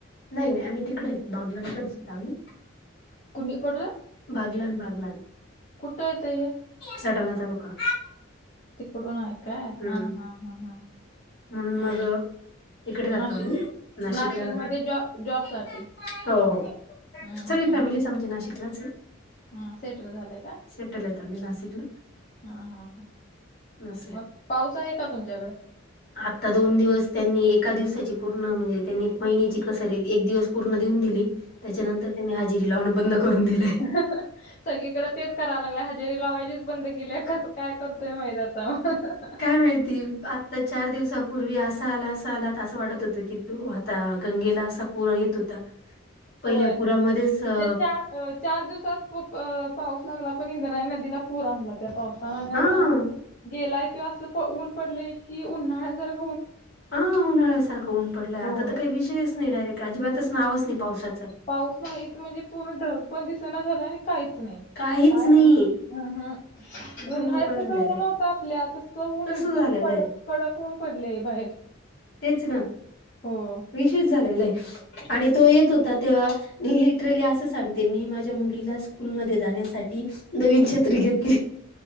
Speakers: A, on the left; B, on the left.
A: नाही ना ही आम्ही तिकडेच बागलाणकडचे येत आम्ही.
B: कोणी कडलं?
A: बागलाण बागलाण.
B: कुठं येतंय हे?
A: सडाणा तालुका.
B: तिकडून आहे काय
A: हम्म
B: हा हा हा हा
A: म्हणून
B: हम्म.
A: मग इकडे राहतो
B: नाशिक
A: आम्ही नाशिकला
B: नाशिकमध्ये
A: राहतो
B: जॉब जॉबसाठी
A: हो हो.
B: हम्म
A: सगळी
B: हम्म
A: फॅमिलीच
B: हम्म
A: आमची नाशिकलाच आहे.
B: हा सेटल झालंय का
A: सेटल आहेत आम्ही नाशिकला.
B: हा हा हा
A: नसे
B: मग पाऊस आहे का तुमच्याकडे?
A: आता दोन दिवस त्यांनी एका दिवसाची पूर्ण म्हणजे त्यांनी महिन्याची कस रे एक दिवस पूर्ण देऊन दिली त्याच्यानंतर त्यांनी हाजेरी लावन बंद करून दिलयं.
B: अ हं हं सगळीकडं तेच कराय लागलाय हजेरी लावायचीचं बंद केलीया कसं काय करतोय माहित आता म अ हं हं.
A: काय माहिती आत्ता चार दिवसापूर्वी असा आला असा आलात असं वाटत होतं की तो ह ता गंगेला असा पुरा येत होता पहिल्या
B: होय
A: पुरामध्येच अ
B: ते चार अ चार दिवसात खुप अ पाऊस लागला पण इंद्रायणी नदीला पूर आणला त्या पाऊस हा आणि आत्ता
A: हं
B: गेल गेलाय किंवा असं ऊन पडलेय की उन्हाळ्यासारख
A: आं उन्हाळ्यासारखं ऊन पडलंय आता
B: होय
A: तर काही विषयच नाही डायरेक्ट अजिबातच नावच नाही पावसाचं.
B: पाऊस नाहीच म्हणजे पूर्ण ढग पण दिसं ना झालं ना आणि काहीच नाही.
A: काहीच
B: काय
A: नाही
B: म हम्म हम्म.
A: एकदम
B: उन्हाळ्यात
A: मोकळं
B: कस
A: झालेलं
B: ऊन
A: आहे
B: होता आपल्या तसं ऊन एकदम
A: तसं झालेलं
B: कडक
A: आहे
B: कडक ऊन पडलेय बाहेर.
A: तेच ना
B: हो.
A: विशेष झालेले आणि तो येत होता तेव्हा लिटरली असं सांगते मी माझ्या मुलीला स्कूलमध्ये जाण्यासाठी नवीन छत्री घेत